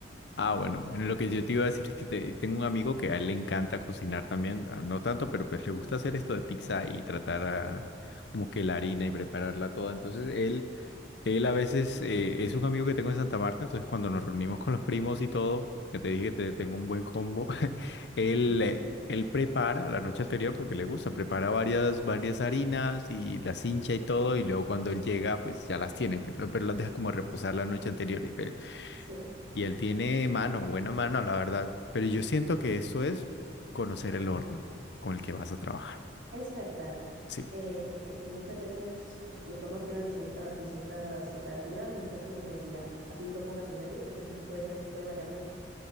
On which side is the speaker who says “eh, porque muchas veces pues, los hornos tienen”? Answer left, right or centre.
Right